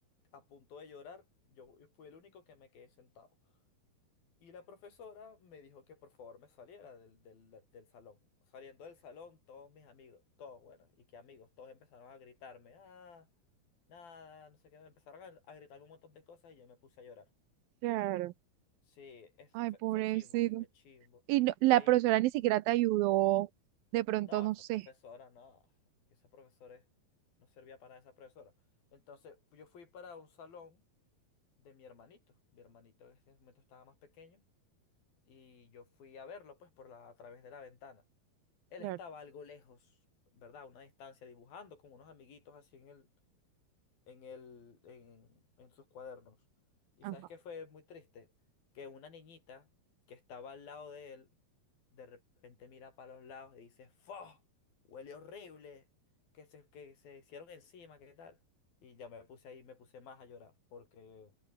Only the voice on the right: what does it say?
Claro.
Ay,
pobrecito.
Y no- la
profesora ni siquiera te ayudó. De pronto,
no
sé.
Claro.
Ajá.